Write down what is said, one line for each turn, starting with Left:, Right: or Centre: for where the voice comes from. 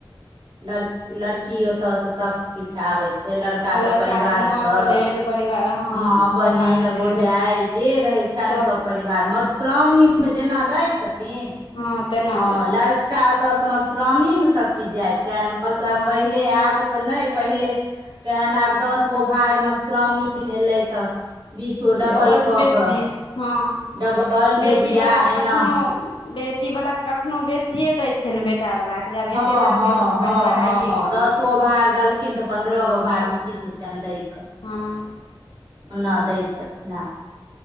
Right: लड़ लड़की ओतऽ से सब किछ आबै छैय। छैय लड़का
Left: लड़काके
Right: के परिवार
Left: माँके
Right: के
Left: लेल परिवार हँ
Right: माँ बहिन
Left: पप्पाके लेल
Right: भौजाइ। जे रहै छनि
Left: सब
Right: सभ परिवार। आर मधुश्रावणी में जेना दै छथिन
Left: हँ तेना
Right: हँ
Left: दै छथिन
Right: लड़ का ओतय सँ मधुश्रावणी में सभ किछु जाइ छनि
Left: हँ
Right: पहिले आब। तऽ नहि पहिले केहेन आब दस गो भार मधुश्रावणी में एयलै तऽ बीसो
Left: ओहिसँ
Right: डबल कऽ
Left: बेसी
Right: कऽ
Left: हुँ
Right: डबल
Left: बेटीवला
Right: डेढ़िया
Left: तऽ
Right: एना
Left: कखनो बेटी वाला तऽ कखनो बेसिये दय छैय ने बेटा वाला के जब
Right: हँ
Left: एते देलकै
Right: हॅ
Left: तऽ हम
Right: हँ
Left: कनि बढ़ाइए
Right: हँ
Left: कऽ दियै
Right: दस गो भार देलखिन तऽ पन्द्रह गो भार उ चित छनि दैय के
Left: हुँ
Right: ना दै छथिन आ